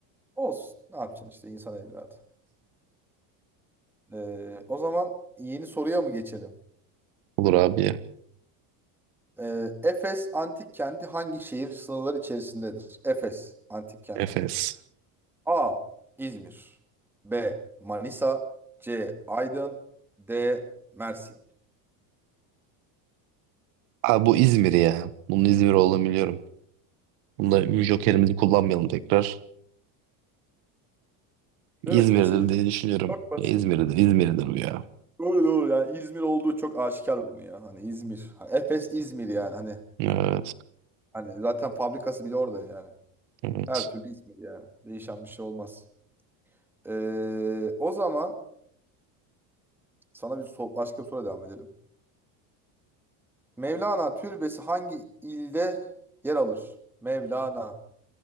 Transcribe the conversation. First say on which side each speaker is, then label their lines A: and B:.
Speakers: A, in the centre; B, on the right.
A: Olsun. Ne yapacaksın işte insan evladı. Ee, o zaman yeni soruya mı geçelim?
B: Olur abi ya.
A: Ee, Efes antik kenti hangi şehir sınırları içerisindedir? Efes antik kenti.
B: Efes.
A: A. İzmir. B. Manisa. C. Aydın. D. Mersin.
B: Abi bu İzmir ya. Bunun İzmir olduğunu biliyorum. Bunda Joker'imizi kullanmayalım tekrar. İzmir'dir
A: Değil mi? Kesin İzmir.
B: diye düşünüyorum.
A: Çok basit.
B: Ya İzmir'dir, İzmir'dir bu ya.
A: Doğru doğru yani İzmir olduğu çok aşikar bunu ya. Hani İzmir. Ha, Efes İzmir yani hani e,
B: Evet,
A: hani zaten fabrikası bile orada yani.
B: evet.
A: Her türlü İzmir yani. Değişen bir şey olmaz. Ee, o zaman Sana bir so- başka bir soru devam edelim. Mevlana türbesi hangi ilde yer alır? Mevlana.